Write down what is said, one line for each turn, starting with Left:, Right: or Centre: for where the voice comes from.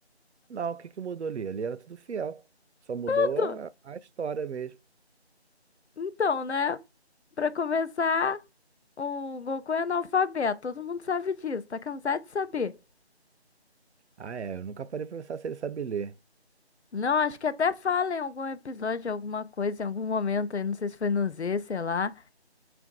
Right: Não, o que que mudou ali? Ali era tudo fiel. Só mudou
Left: Tudo!
Right: a, a história mesmo.
Left: Então, né? Pra começar, o Goku é analfabeto. Todo mundo sabe disso. Tá cansado de saber.
Right: Ah, é. Eu nunca parei pra pensar se ele sabe ler.
Left: Não, acho que até fala em algum episódio, alguma coisa, em algum momento aí, não sei se foi no Z, sei lá,